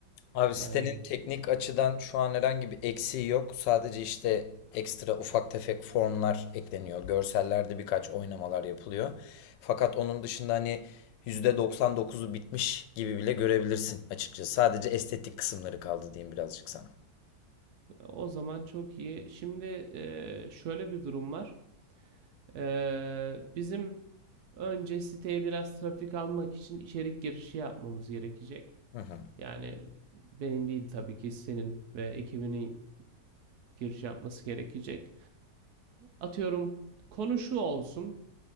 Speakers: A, on the left; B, on the right.
A: Abi sitenin
B: Yani
A: teknik açıdan şu an herhangi bir eksiği yok. Sadece işte ekstra ufak tefek formlar ekleniyor. Görsellerde birkaç oynamalar yapılıyor. Fakat onun dışında hani %99'u bitmiş gibi bile görebilirsin açıkçası. Sadece estetik kısımları kaldı diyeyim birazcık sana.
B: o zaman çok iyi. Şimdi e, şöyle bir durum var. E, bizim önce siteye biraz trafik almak için içerik girişi yapmamız gerekecek.
A: Hı hı.
B: Yani benim değil tabii ki senin ve ekibinin giriş yapması gerekecek. Atıyorum konu şu olsun.